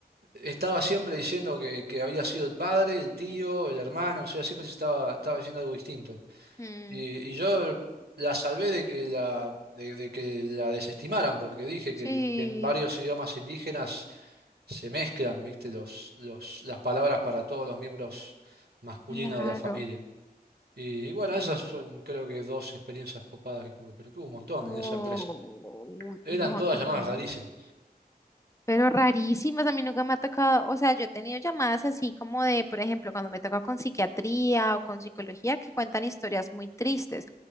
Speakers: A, on the right; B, on the left.
A: estaba siempre diciendo que, que había sido el padre, el tío, el hermano, o sea, siempre se estaba, estaba diciendo algo distinto.
B: Mm,
A: Y, y yo la salvé de que la, de, de que la desestimaran, porque dije
B: sí,
A: que en, que en varios idiomas indígenas se mezclan, viste, los, los, las palabras para todos los miembros masculinos
B: claro.
A: de la familia. Y, y bueno, esas son creo que dos experiencias copadas que tuve, pero tuve un montón
B: Wow,
A: en esa empresa. Eran
B: no,
A: todas
B: Tomás.
A: llamadas rarísimas.
B: Pero rarísimas, a mí nunca me ha tocado, o sea, yo he tenido llamadas así como de, por ejemplo, cuando me toca con psiquiatría o con psicología que cuentan historias muy tristes,